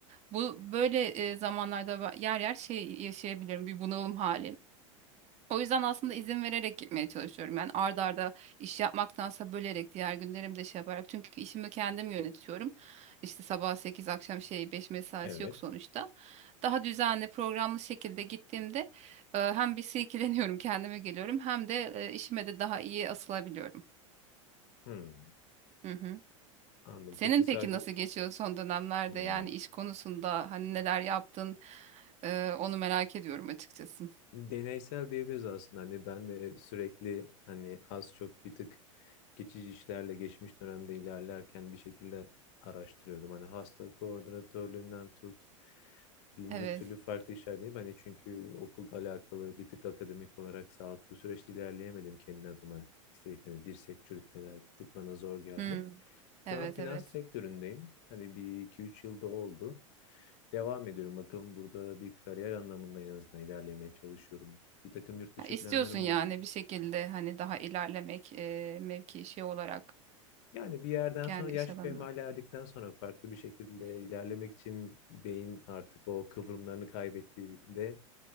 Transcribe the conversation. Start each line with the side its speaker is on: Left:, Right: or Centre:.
Right: Bu böyle e, zamanlarda ba- yer yer şey yaşayabilirim bir bunalım hali. O yüzden aslında izin vererek gitmeye çalışıyorum. Yani ard arda iş yapmaktansa bölerek diğer günlerimde şey yaparak. Çünkü işimi kendim yönetiyorum. İşte sabah 8 akşam şey 5 mesaisi
Left: Evet.
Right: yok sonuçta. Daha düzenli programlı şekilde gittiğimde e, hem bir silkeleniyorum kendime geliyorum hem de e, işime de daha iyi asılabiliyorum.
Left: Hı.
Right: Hı hı.
Left: Anladım.
Right: Senin
Left: Peki
Right: peki
Left: sadece
Right: nasıl geçiyor son dönemlerde
Left: hı.
Right: yani iş konusunda hani neler yaptın? Ee, onu merak ediyorum açıkçası.
Left: deneysel diyebiliriz aslında. Hani ben de sürekli hani az çok bir tık geçici işlerle geçmiş dönemde ilerlerken bir şekilde araştırıyordum. Hani hasta koordinatörlüğünden tut bin
Right: Evet.
Left: bir türlü farklı işler değil. Hani çünkü okulla alakalı bir tık akademik olarak sağlıklı süreçte ilerleyemedim kendi adıma. İstedik hani dirsek çürütmeler bir tık bana zor geldi.
Right: Hmm. Evet
Left: Şu an finans
Right: evet.
Left: sektöründeyim. Hani bir iki üç yılda oldu. Devam ediyorum. Bakalım burada bir kariyer anlamında en azından ilerlemeye çalışıyorum. Bir takım yurt dışı
Right: Ha, istiyorsun
Left: planlarım
Right: yani
Left: vardı.
Right: bir şekilde hani daha ilerlemek e, mevki şey olarak
Left: Yani bir yerden
Right: kendi
Left: sonra yaş
Right: iş alanında.
Left: kemale erdikten sonra farklı bir şekilde ilerlemek için beyin artık o kıvrımlarını kaybettiğinde